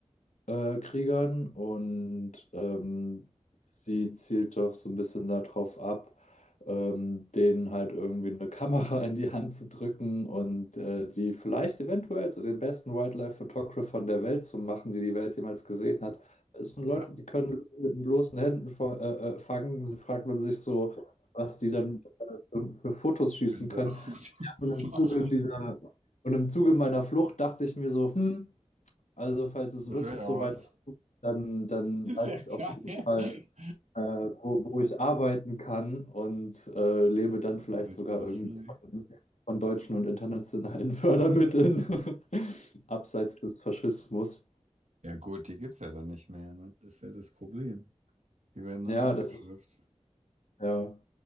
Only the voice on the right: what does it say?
ja,
können sie
auch
gut <laughs> was
machen.
Das
wäre ja
was.
Ist
ja
geil.
<laughs>
Weil
die Masse,
Ja gut, die gibt's ja dann nicht mehr, ne? das ist ja das Problem. Die werden dann
abgeschafft.